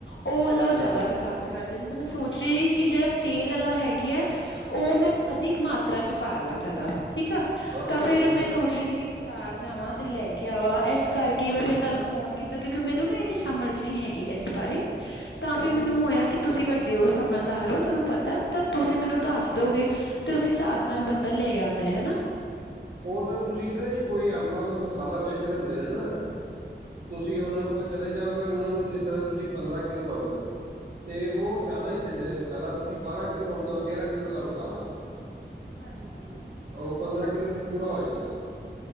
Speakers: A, on the left; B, on the right.
A: ਉਹ ਵਾਲਾ ਉਹ ਜ਼ਿਆਦਾ
B: ਹਾਂਜੀ
A: ਪਸੰਦ ਕਰਦੇ ਨੇ ਤੇ ਮੈਂ ਸੋਚ ਰਹੀ ਕਿ ਜਿਹੜਾ ਤੇਲ ਵਾਲਾ ਹੈਗੀ ਹੈ, ਉਹ ਮੈਂ ਅਧਿਕ ਮਾਤ <unintelligible> ਾਂ ਚ ਪਾ ਲਾ ਜਿਆਦਾ ਠੀਕ ਆ
B: ਹਾਂ
A: ਤਾਂ ਫੇਰ,
B: ਹਾਂਜੀ
A: ਮੈਂ ਸੋਚ ਰਹੀ ਸੀ। ਕਿ ਬਾਜ਼ਾਰ ਜਾਵਾਂ ਤੇ ਲੈ ਕੇ ਆਵਾਂ ਇਸ ਕਰਕੇ ਮੈਂ ਫਿਰ ਤੁਹਾਨੂੰ ਫੋਨ ਕੀਤਾ। ਕਿਉਂਕਿ ਮੈਨੂੰ ਨਾ ਇਹਨੀ ਸਮਝ ਨਹੀਂ ਹੈਗੀ, ਇਸ ਬਾਰੇ ਤਾਂ ਫਿਰ
B: ਹੂੰ
A: ਮੈਨੂੰ ਹੋਇਆ ਕਿ ਤੁਸੀਂ ਵੱਡੇ ਹੋ ਸਮ ਦਾਰ ਓ ਤੁਹਾਨੂੰ ਪਤਾ ਤਾਂ ਤੁਸੀਂ ਮੈਨੂੰ ਦੱਸ ਦੋਗੇ ਤੇ ਉਸ ਹਿਸਾਬ ਨਾਲ ਬੰਦਾ ਲੈ ਆਂਦਾ ਹਨਾ
B: ਉਹ ਤਾਂ ਤੁਸੀਂ ਨਾ ਜੀ ਕੋਈ ਅੰਬਾਂ ਦਾ ਮਸਾਲਾ ਵੇਚ ਰਹੇ ਹੁੰਦੇ ਨੇ ਨਾ ਤੁਸੀਂ ਉਹਨਾਂ ਕੋਲ ਚਲੇ ਜਾਓਗੇ ਉਹਨਾਂ ਨੂੰ ਜਿਸ ਤਰ੍ਹਾਂ ਤੁਸੀਂ ਪੰਦਰਾਂ ਕਿਲੋ ਅਮ ਐ ਤੇ ਉਹ ਜ਼ਿਆਦਾ ਹੀ ਦਿੰਦੇ ਨੇ ਮਸਾਲਾ ਤੁਸੀਂ ਬਾਰਾਂ ਕਿੱਲੋ ਆਉਂਦਾ ਉਹ ਤੇਰਾਂ ਕਿੱਲੋ ਦਾ ਮਸਾਲਾ <inaudible>
A: ਹਾਂਜੀ।
B: ਉਹ ਪੰਦਰਾਂ ਕਿੱਲੋ ਚ ਪੂਰਾ ਹੋ ਜਾਂਦਾ।